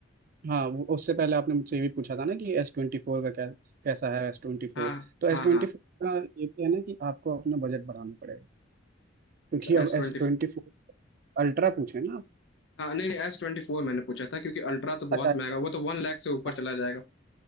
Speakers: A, on the right; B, on the left.
A: हाँ वो उससे पहले आपने मुझसे ये भी पूछा था ना कि एस ट्वेंटी फोर का क्या कैसा है एस ट्वेंटी फोर
B: हाँ
A: तो एस
B: हाँ
A: ट्वेंटी
B: हाँ
A: फोर का ये भी है ना कि आपको अपना बजट बढ़ाना पड़ेगा क्योंकि
B: अच्छा एस
A: अब एस
B: ट्वेंटी
A: ट्वेंटी फोर अल्ट्रा पूछे ना आप?
B: हाँ नहीं नहीं एस ट्वेंटी फोर मैंने पूछा था क्योंकि अल्ट्रा तो बहुत
A: अच्छा
B: महंगा
A: एस
B: वो तो वन लाख से ऊपर
A: हाँ
B: चला जाएगा